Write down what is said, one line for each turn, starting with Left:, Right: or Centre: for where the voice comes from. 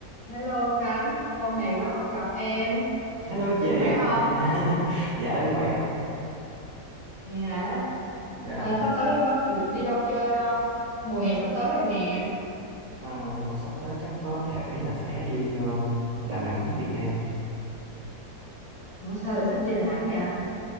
Left: Hello Khánh, lâu ngày quá không gặp em,
Right: Hello chị,
Left: em khỏe không?
Right: <laughs> dạ em khỏe.
Left: Này hả?
Right: Dạ,
Left: À, sắp tới em có dự định đi đâu chơi không? Mùa hè sắp tới rồi nè.
Right: ờ, sắp tới chắc có thể là sẽ đi ờ, Đà Nẵng, Việt Nam.
Left: Ủa, sao lại thích đi Đà Nẵng vậy?